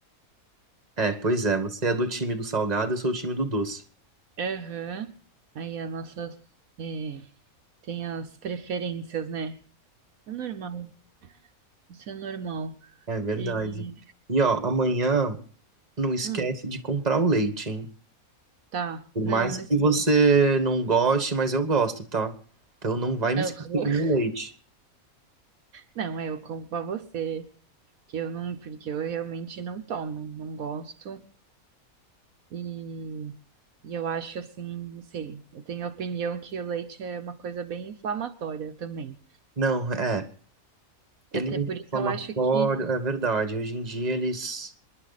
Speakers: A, on the right (about 30°); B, on the right (about 75°).
A: é, pois é, você é do time do salgado, eu sou o time do doce.
B: Aham. Aí a nossa, é, tem as preferências, né? É normal. Isso é normal.
A: É verdade.
B: E,
A: E ó, amanhã não esquece
B: hum,
A: de comprar o leite, hein?
B: tá.
A: Por
B: Não,
A: mais
B: não esqueça.
A: que você não goste, mas eu gosto, tá? Então não vai me
B: Eu-
A: esquecer do
B: <laughs>
A: meu leite.
B: Não, é, eu compro pra você, que eu não, porque eu realmente não tomo, não gosto. E, e eu acho assim, não sei, eu tenho a opinião que o leite é uma coisa bem inflamatória também.
A: Não, é. Ele
B: Até
A: é
B: por isso
A: inflamatório,
B: eu acho que,
A: é verdade. Hoje em dia eles